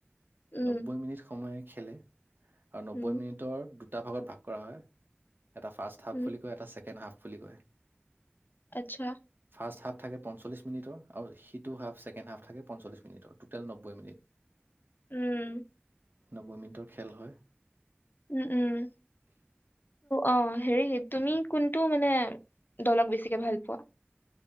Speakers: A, on the left; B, on the right.
A: উম,
B: নব্বৈ মিনিট সময়ে। খেলে। আৰু নব্বৈ
A: উম,
B: মিনিটৰ দু। দুটা ভাগত ভাগ কৰা হয়। এটা ফাৰ্ষ্ট হাফ
A: উম,
B: বুলি কয় এটা ছেকেণ্ড হাফ। বুলি কয়।
A: আচ্ছা
B: ফাৰ্ষ্ট হাফ থাকে পঞ্চ্লিছ মিনিৰ আৰু সিটো হাফ ছেকেণ্ড হাফ। থাকে পঞ্চল্লিছ মিনিটৰ টো'টেল নব্বৈ মিনিট।
A: উম
B: নব্বৈ মিনিটৰ খেল হয়।
A: উম! উম! অ হেৰি, তুমি কোনটো মানে, দলক বেছিকে ভাল পোৱা?